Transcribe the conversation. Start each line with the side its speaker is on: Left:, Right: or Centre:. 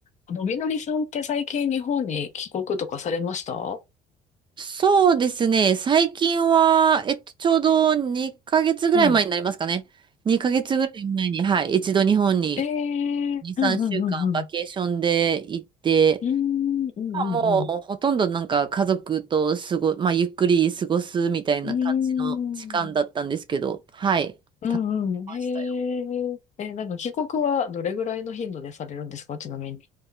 Left: あのみのりさんって最近日本に帰国とかされましたう
Right: そうですね。最近は、えっと、ちょうど2ヶ月ぐらい前になりますかね。
Left: ん。
Right: 2ヶ月ぐらい前に、はい、一度日本に
Left: ええうんうんうんうん。
Right: 2、3週間バケーションで行って、
Left: うーん、うん、
Right: まあ、
Left: うん、
Right: もうほとんどなんか家族と過ご、
Left: うん。
Right: まあ、ゆっくり過ごすみたいな感じの時間だったんですけど、
Left: ううん
Right: はい、
Left: うん、
Right: 楽しめましたよ。
Left: ん。へえ、え、なんか帰国はどれぐらいの頻度でされるんですかちなみに。